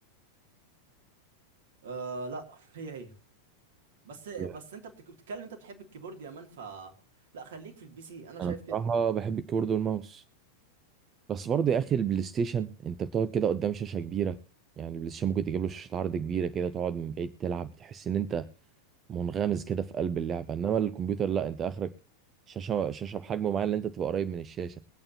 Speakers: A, on the right; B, on the right.
A: آه لا هي هي بس بس
B: Yeah.
A: انت بتك- بتتكلم انت بتحب الكيبورد يا مان ف لا خليك في البي سي انا شايف
B: انا
A: كده
B: بصراحه بحب الكيبورد والماوس بس برضه يا اخي البلاي ستيشن انت بتقعد كده قدام شاشه كبيره يعني البلاي ستيشن ممكن تجيب له شاشه عرض كبيره كده تقعد من بعيد تلعب تحس ان انت منغمس كده في قلب اللعبه انما الكمبيوتر لا انت اخرك شاشه شاشه بحجم معين اللي انت تبقى قريب من الشاشه